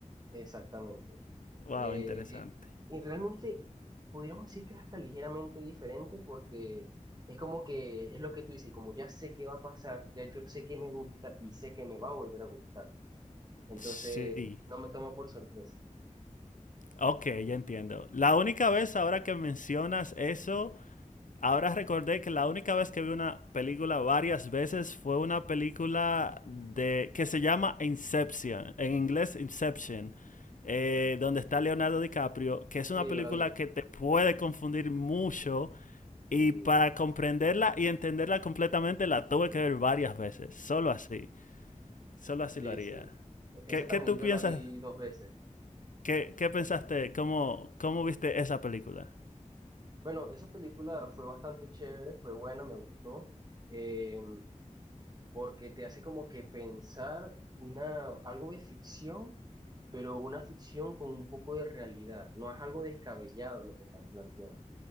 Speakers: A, on the right; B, on the left.
A: Exactamente.
B: Wow,
A: Eh,
B: interesante.
A: eh, y realmente podríamos decir que es hasta ligeramente diferente porque es como que es lo que tú dices, como ya sé qué va a pasar, ya yo sé que me gusta y sé que me va a volver a gustar. Entonces,
B: Sí.
A: no me tomó por sorpresa.
B: Ok, ya entiendo. La única vez ahora que mencionas eso Ahora recordé que la única vez que vi una película varias veces fue una película de que se llama Inception, en inglés Inception, eh, donde está Leonardo DiCaprio, que es una
A: Sí,
B: película
A: yo la vi.
B: que te puede confundir mucho y
A: Sí,
B: para comprenderla y entenderla completamente la tuve que ver varias veces, solo así, solo así
A: sí,
B: lo haría.
A: sí. Esa
B: ¿Qué,
A: también
B: qué tú piensas?
A: yo la vi dos veces.
B: ¿Qué, qué pensaste? ¿Cómo, cómo viste esa película?
A: Bueno, esa película fue bastante chévere, fue buena, me gustó, eh, porque te hace como que pensar una, algo de ficción, pero una ficción con un poco de realidad. No es algo descabellado lo que están planteando,